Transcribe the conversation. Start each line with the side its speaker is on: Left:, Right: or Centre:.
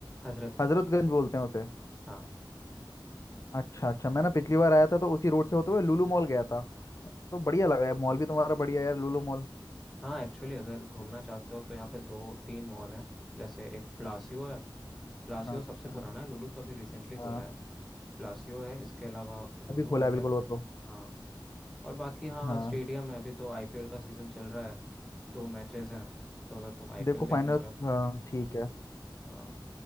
Centre: हजरतगंज
Left: हैं हजरतगंज बोलते हैं उसे
Centre: हाँ
Left: अच्छा अच्छा मैं ना पिछली बार आया था तो उसी रोड से होते हुए लुलु मॉल गया था तो बढ़िया लगा है मॉल भी तुम्हारा बढ़िया है यार लुलु मॉल
Centre: हाँ एक्चुअली अगर घूमना चाहते हो तो यहाँ पे दो तीन मॉल हैं जैसे एक प्लासियो है प्लासियो
Left: हाँ
Centre: सबसे
Left: हाँ
Centre: पुराना है लुलु तो अभी रिसेंटली खोला
Left: हाँ
Centre: है प्लासियो है इसके अलावा लुलु
Left: अभी
Centre: मॉल
Left: खोला है बिल्कुल
Centre: है
Left: वो तो
Centre: हाँ और बाकी हाँ
Left: हाँ
Centre: स्टेडियम है अभी तो आईपीएल का सीज़न चल रहा है दो मैचेस हैं तो अगर तुम आईपीएल
Left: देखो
Centre: देखना
Left: फाइनल
Centre: चाहते हो
Left: हाँ ठीक है
Centre: हाँ